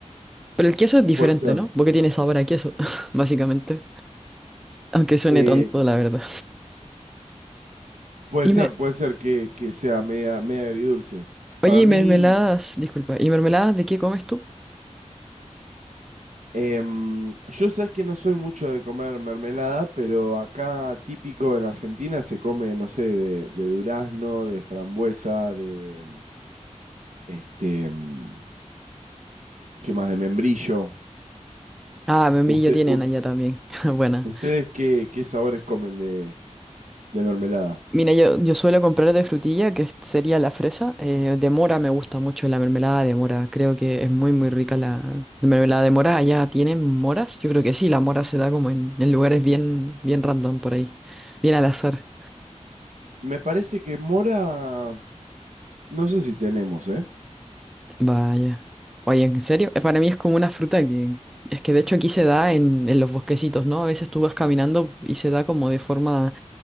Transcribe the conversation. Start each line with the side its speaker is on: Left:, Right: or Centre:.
Centre: Pero el queso es diferente,
Right: Puede ser.
Centre: ¿no? Porque tiene sabor a queso, <laughs> básicamente. Aunque suene
Right: Eh,
Centre: tonto, la verdad.
Right: puede
Centre: Y
Right: ser,
Centre: me,
Right: puede ser que, que sea media, media agridulce.
Centre: oye,
Right: Para mí,
Centre: y mermeladas, disculpa, ¿y mermeladas de qué comes tú?
Right: em, yo sabes que no soy mucho de comer mermelada, pero acá típico en Argentina se come, no sé, de, de durazno, de frambuesa, de em, este, em, ¿qué más? De membrillo.
Centre: Ah, membrillo
Right: Usted,
Centre: tienen
Right: u-
Centre: allá también. <laughs> Buena.
Right: ¿ustedes qué, qué sabores comen de, de mermelada?
Centre: Mira, yo, yo suelo comprar de frutilla, que es- sería la fresa. eh, de mora me gusta mucho la mermelada de mora. Creo que es muy, muy rica la mermelada de mora. ¿Allá tienen moras? Yo creo que sí, la mora se da como en, en lugares bien, bien random por ahí. Bien al azar.
Right: Me parece que mora, no sé si tenemos, ¿eh?
Centre: Vaya. Oye, ¿en serio? Eh, Para mí es como una fruta que... Es que de hecho aquí se da en, en los bosquecitos, ¿no? A veces tú vas caminando y se da como de forma